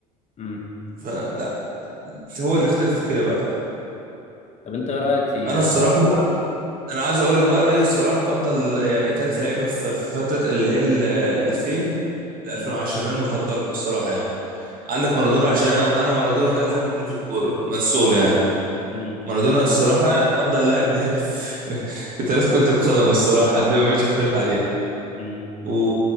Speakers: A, on the left; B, on the right.
A: مم.
B: فلا هو الاختلاف في كده بقى
A: طب انت ايه رايك في
B: انا الصراحه بقى انا عايز اقول لك بقى رايي الصراحه في افضل يعني ثلاث لعيبه في في فتره اللي هي ال 2000 ل 2010
A: مم.
B: انا بفضلهم الصراحه يعني عندك مارادونا عشان انا انا مارادونا ده اللي حببني في الكوره من الصغر يعني
A: مم.
B: مارادونا الصراحه افضل لاعب مهاري في <laughs> في تاريخ كره القدم الصراحه دي ما فيش اختلاف عليها
A: مم.
B: و...